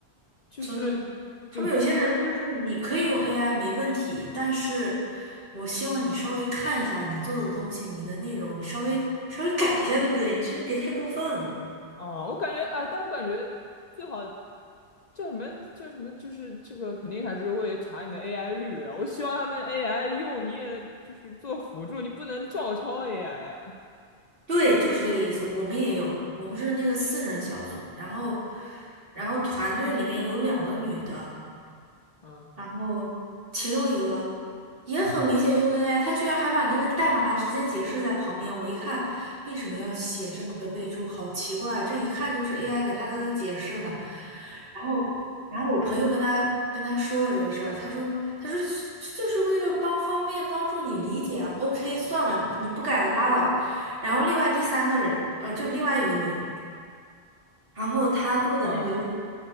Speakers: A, on the left; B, on the right.
A: 就是
B: 真的。
A: 就就说的。
B: 他们有些人就是你可以用 AI 没问题，但是我希望你稍微看一下你做的东西，你的内容，你稍微稍微改一下，对不对？你就是别太过分。
A: 哦，我感觉啊，但我感觉最好叫什么？叫什么？就是这个肯定还是会查你的 AI 率啊我希望他们 AI 用你也就是做辅助，你不能照抄 AI 啊。
B: 对，就是这个意思。我们也有，我们是那个四人小组，然后，然后团队里面有两个女的，
A: 嗯
B: 然后其中一个也很明显用 AI，他居然还把那个代码直接解释在旁边。我一看，为什么要写这么个备注？好奇怪啊这一看就是 AI 给他在那解释呢。然后，然后我朋友跟他跟他说了这个事儿，他说他说这就是为了帮方便帮助你理解啊。OK，算了，你不改拉倒。然后另外第三个人，哦，就另外一个女的，然后她做的那个就是
A: 啊啊啊